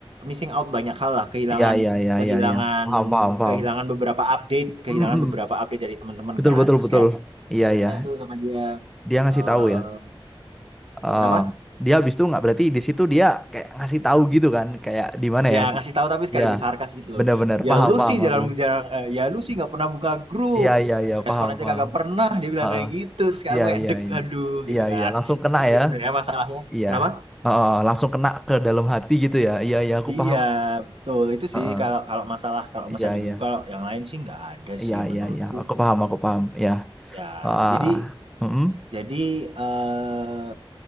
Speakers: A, on the right; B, in the centre.
A: missing out banyak hal lah, kehilangan
B: iya iya iya
A: kehilangan
B: iya iya paham paham paham
A: kehilangan beberapa update, kehilangan
B: Mm, mm.
A: beberapa update dari teman-teman
B: betul
A: kan.
B: betul
A: Terus
B: betul
A: kayak
B: iya iya
A: ya, tuh sama dia
B: dia ngasih
A: eh
B: tahu ya Eh
A: kenapa?
B: dia habis itu nggak berarti di situ dia kayak ngasih tahu gitu kan kayak di mana
A: Ya
B: ya
A: ngasih tahu tapi sekaligus
B: Iya
A: sarkas gitu loh.
B: benar-benar
A: Ya
B: paham
A: lu
B: paham
A: sih jarang
B: aku
A: jarang eh, ya lu sih nggak pernah buka grup.
B: iya iya iya
A: Respon
B: paham
A: aja
B: paham
A: kagak pernah dia bilang
B: Heeh.
A: kayak gitu. Terus kayak
B: iya
A: aku kayak
B: iya
A: deg
B: iya
A: aduh gitu
B: iya
A: kan.
B: iya langsung kena
A: Terus sih
B: ya
A: sebenarnya masalahnya
B: iya
A: Kenapa?
B: Heeh, langsung kena ke dalam hati gitu ya iya iya aku
A: Iya,
B: paham
A: betul. Itu
B: Heeh.
A: sih kalau kalau masalah kalau
B: iya
A: masalah di
B: iya
A: grup kalau yang lain sih nggak ada
B: iya
A: sih menurutku.
B: iya iya aku paham aku paham ya
A: Ya,
B: ah
A: jadi
B: Mm-mm.
A: jadi eh,